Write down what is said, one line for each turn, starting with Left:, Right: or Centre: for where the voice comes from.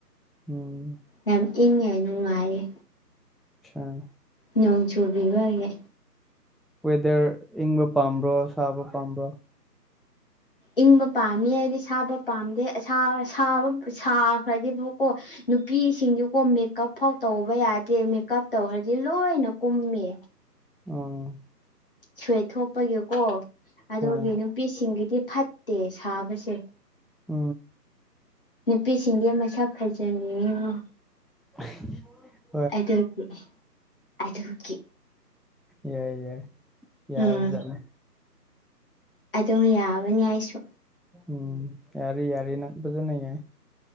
Centre: ꯎꯝ
Left: ꯌꯥꯝ ꯏꯪꯉꯦ ꯅꯨꯡꯉꯥꯢꯌꯦ
Centre: ꯁꯟ
Left: ꯅꯣꯡ ꯆꯨꯕꯤꯕꯒꯤ
Centre: ꯋꯦꯗꯔ ꯏꯪꯕ ꯄꯥꯝꯕ꯭ꯔꯣ ꯁꯥꯕ ꯄꯥꯝꯕ꯭ꯔꯣ
Left: ꯏꯪꯕ ꯄꯥꯝꯃꯤ ꯑꯩꯗꯤ ꯁꯥꯕ ꯄꯥꯝꯗꯦꯕ ꯑꯁꯥꯕ ꯁꯥꯕ ꯁꯥꯈ꯭ꯔꯗꯤꯕꯨ ꯀꯣ ꯅꯨꯄꯤꯁꯤꯡꯖꯨꯀꯣ ꯃꯦꯀꯞ ꯐꯥꯎ ꯇꯧꯕ ꯌꯥꯗꯦ ꯃꯦꯀꯞ ꯇꯧꯈ꯭ꯔꯗꯤ ꯂꯣꯏꯅ ꯀꯨꯝꯃꯦ
Centre: ꯑ
Left: ꯁ꯭ꯋꯦꯠ ꯊꯣꯛꯄꯒꯤꯀꯣ ꯑꯗꯨꯒꯤ
Centre: ꯍꯣꯏ
Left: ꯅꯨꯄꯤꯁꯤꯡꯒꯤꯗꯤ ꯐꯠꯇꯦ ꯁꯥꯕꯁꯦ
Centre: ꯑ
Left: ꯅꯨꯄꯤꯁꯤꯡꯗꯤ ꯃꯁꯛ ꯐꯖꯅꯤꯡꯉꯦ ꯉꯣ
Centre: <unintelligible>
Left: ꯑꯗꯨꯒꯤ ꯑꯗꯨꯒꯤ
Centre: ꯌꯥꯏ ꯌꯥꯏ ꯌꯥꯕ
Left: ꯎꯝ
Centre: ꯖꯥꯠꯅꯤ
Left: ꯑꯗꯨꯝ ꯌꯥꯕꯅꯤ ꯑꯩꯁꯨ
Centre: ꯎꯝ ꯌꯥꯔꯤ ꯌꯥꯔꯤ ꯅꯪ ꯐꯖꯅ ꯌꯥꯢ